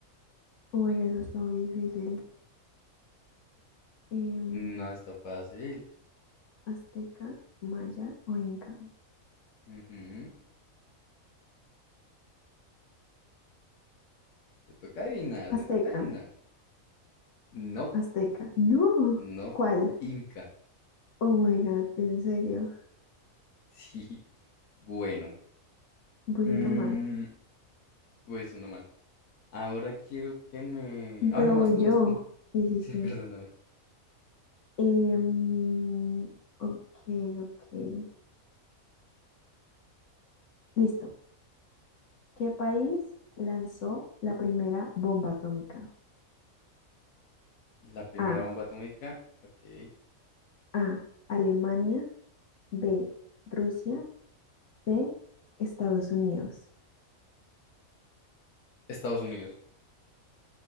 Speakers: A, on the left; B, on the left.
A: Oh my god, eso está muy difícil. Em,
B: Mm, No, está fácil.
A: Azteca, Maya o Inca.
B: Ujú. Te toca adivinar,
A: Azteca,
B: te toca adivinar. Nope,
A: Azteca. No.
B: nope,
A: ¿Cuál?
B: Inca.
A: Oh my God, en serio.
B: <laughs> Sí. Bueno,
A: Voy
B: Mm,
A: una mal.
B: pues uno mal. Ahora quiero que me... Ah,
A: Pero
B: no, vas
A: voy
B: tú,
A: yo.
B: vas tú. <laughs>
A: Sí, sí,
B: Sí,
A: sí.
B: perdóname.
A: Em, ok, ok. Listo. ¿Qué país lanzó la primera bomba atómica?
B: La primera
A: A.
B: bomba atómica, ok.
A: A. Alemania. B. Rusia. C. Estados Unidos.
B: Estados Unidos.